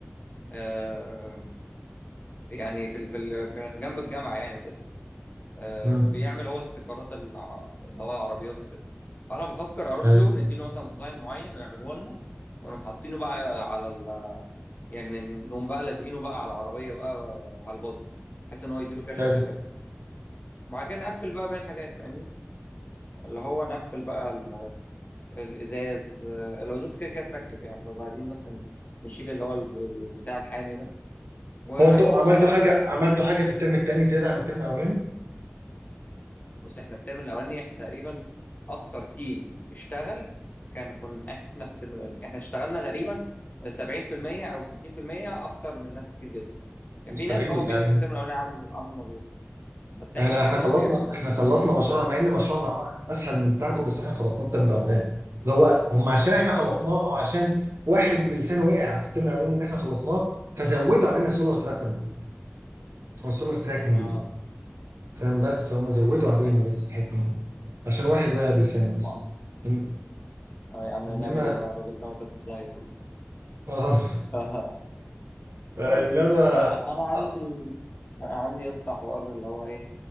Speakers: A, on the left; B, on the right.
A: آه يعني في ال- في ال- جنب الجامعه يعني وكده آه
B: مم.
A: بيعمل هو استيكرات الع- اللي هو العربيات وكده فانا بفكر اروح
B: حلو
A: له نديله مثلا ديزاين معين ويعمله لنا ونقوم حاطينه بقى على ال... يعني نقوم بقى لازقينه بقى على العربيه بقى آه، على البادي بحيث ان هو يديله كده شكل
B: حلو.
A: حلو وبعد كده نقفل بقى باقي الحاجات فاهمني اللي هو نقفل بقى ال- الازاز آه، الازاز كده كده اتركب يعني بس عايزين بس ن- نشيل اللي هو ال- ال- بتاع الحامي ده ونقفل
B: هو انتوا عملتوا
A: بقى باقي الحاجات
B: حاجه
A: كلها
B: عملتوا حاجه في الترم الثاني زياده عن الترم الاولاني؟
A: بس احنا الترم الاولاني احنا تقريبا اكتر تيم اشتغل كان كنا احنا في الترم الاولاني احنا اشتغلنا تقريبا 70% او 60% اكتر من ناس كتير جدا يعني
B: مستحيل
A: في ناس اه في
B: يعني
A: ناس في الترم الاولاني عملوا عملوا مجهود بس احنا
B: احنا
A: اشتغلنا
B: احنا خلصنا
A: م- يعني مجهود
B: احنا
A: كبير
B: خلصنا
A: جدا
B: مشروعنا مع ان مشروعنا اسهل من بتاعكم بس احنا خلصناه الترم الاولاني اللي هو هم عشان احنا خلصناه او عشان واحد بلسانه وقع في الترم الاولاني ان احنا خلصناه فزودوا علينا السولار تراكر دي او السولار تراكنج
A: اه
B: دي فاهم بس هم زودوا علينا
A: ايوه
B: بس الحته دي عشان واحد وقع بلسانه
A: ما
B: بس إن-
A: آه، يا عم
B: انما
A: نعمل ايه بقى الراجل ده وداكم في داهيه كله
B: اه
A: <laughs>
B: <laughs> انما
A: بس فانا عندي
B: آه،
A: عندي يا اسطى حوار اللي هو ايه